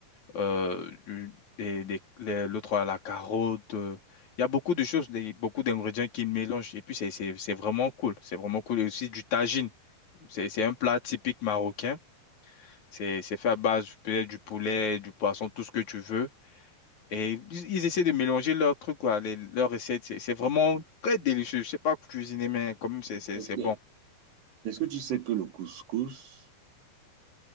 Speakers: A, on the left; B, on the right.
A: euh, du- des- des- les- l'autre à la carotte. euh. Il y a beaucoup de choses, des- beaucoup d'ingrédients qu'ils mélangent. Et puis, c'est c'est- c'est vraiment cool. C'est vraiment cool. Et aussi du tagine. C'est c'est un plat typique marocain. C'est c'est fait à base peut-être du poulet, du poisson, tout ce que tu veux. Et ils, ils essaient de mélanger leurs trucs, quoi, les- leurs recettes. C'est c'est vraiment très délicieux. Je sais pas cuisiner, mais quand même, c'est c'est-
B: Est-ce
A: c'est
B: que,
A: bon.
B: est-ce que tu sais que le couscous